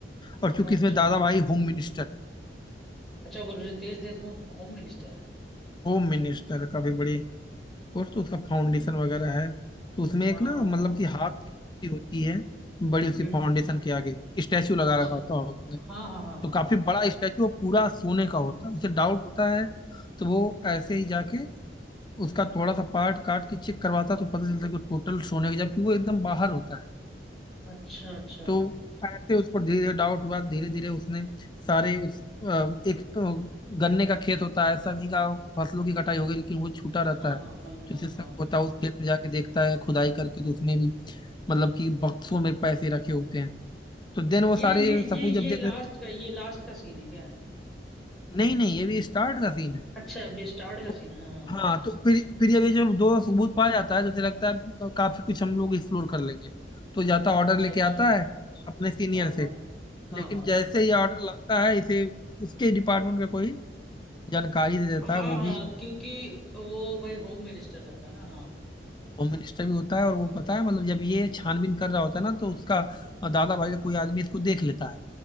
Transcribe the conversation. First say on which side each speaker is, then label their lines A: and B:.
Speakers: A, on the left; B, in the centre.
A: और चूंकि
B: अच्छा
A: इसमें दादा
B: अच्छा
A: भाई होम मिनिस्टर
B: अच्छा वो रितेश देशमुख होम मिनिस्टर है
A: होम मिनिस्टर काफी बड़ी और तो उसका फाउंडेशन वगैरह है तो उसमें
B: हाँ
A: एक ना
B: हाँ हाँ
A: मतलब
B: हाँ
A: कि हाथ की मूर्ति होती है बड़ी उसकी
B: हम्म
A: फाउंडेशन
B: हम्म,
A: के आगे स्टैचू लगा
B: अच्छा
A: रखा होता है उसने
B: हाँ हाँ हाँ हाँ
A: तो काफी
B: हाँ
A: बड़ा स्टैचू और पूरा सोने का होता है उसे डाउट होता है तो वो ऐसे ही जाके उसका थोड़ा सा पार्ट काट के चेक करवाता है, तो पता चलता है कि टोटल सोने का जबकि वो एकदम बाहर होता है
B: अच्छा अच्छा
A: तो ऐसे उसको धीरे धीरे डाउट हुआ धीरे धीरे उसने सारे उस अ, एक तो गन्ने का खेत होता है सभी का फसलों की कटाई हो गई लेकिन वो छूटा रहता
B: हाँ
A: है
B: हाँ हाँ
A: जो
B: हाँ
A: सिर्फ
B: हाँ
A: सब होता है उस खेत में जाके देखता है खुदाई करके तो उसमें भी मतलब कि बक्सों में पैसे रखे होते हैं तो देन वो
B: ये
A: सारे
B: ये
A: सपूत
B: ये ये
A: जब देख
B: लास्ट
A: रहे थे
B: का ये लास्ट का सीन है क्या
A: नहीं नहीं ये भी स्टार्ट का सीन है
B: अच्छा अभी स्टार्ट का
A: तो
B: सीन है हाँ हाँ हाँ
A: हाँ तो फिर फिर ये भी जब दो सबूत पाया जाता है तो उसे लगता है अब काफी कुछ हम लोग एक्सप्लोर कर लेंगे तो जाता ऑर्डर
B: अच्छा
A: लेके
B: अच्छा
A: आता है अपने सीनियर
B: हाँ
A: से
B: हाँ हाँ
A: लेकिन
B: हाँ
A: जैसे ही ऑर्डर लाता है इसे उसके डिपार्टमेंट का कोई जानकारी दे देता
B: हाँ
A: है वो
B: हाँ
A: भी
B: क्योंकि वो भाई होम मिनिस्टर रहता है ना हाँ
A: होम मिनिस्टर भी होता है और वो पता है मतलब जब ये छानबीन कर रहा होता है ना तो उसका दादा भाई का कोई आदमी इसको देख लेता है